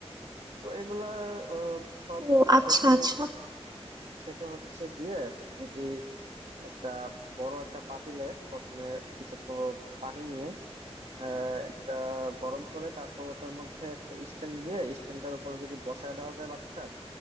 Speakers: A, on the right; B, on the right.
A: তো এগুলা আহ, সব
B: ও আচ্ছা
A: ছেঁকে
B: আচ্ছা
A: ছেঁকে হচ্ছে দিয়ে যদি একটা বড় একটা পাতিলে প্রথমে কিছু প- পানি নিয়ে আহ, একটা গরম করে তারপর ওটার মধ্যে একটা স্ট্যান্ড দিয়ে স্ট্যান্ডটার উপর যদি বসায় দেওয়া যায় বাটিটা